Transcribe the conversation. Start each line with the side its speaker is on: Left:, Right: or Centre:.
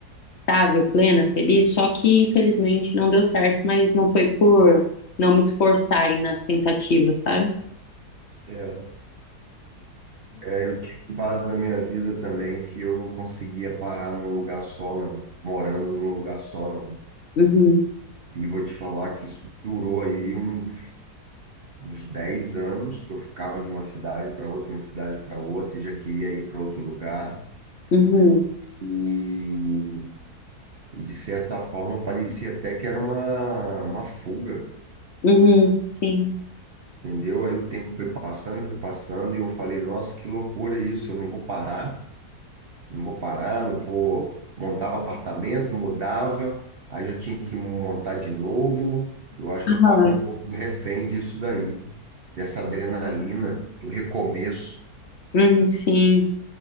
Left: estável, plena, feliz. Só que infelizmente não deu certo, mas não foi por não me esforçar aí nas tentativas, sabe?
Right: Será? É, eu tive fase na minha vida também que eu não conseguia parar num lugar só, não. Morando num lugar só, não.
Left: Uhum,
Right: E vou te falar que isso durou aí uns, uns 10 anos, que eu ficava de uma cidade para outra, uma cidade para outra, e já queria ir para outro lugar.
Left: uhum,
Right: E, e, de certa forma, parecia até que era uma, uma fuga,
Left: uhum, sim.
Right: entendeu? Aí o tempo foi passando, foi passando, e eu falei, nossa, que loucura isso, eu não vou parar. Não vou parar, não vou. Montava apartamento, mudava, aí já tinha que montar de novo. Eu acho que
Left: Aham,
Right: eu estava um pouco refém disso daí, dessa adrenalina do recomeço.
Left: uhum, sim.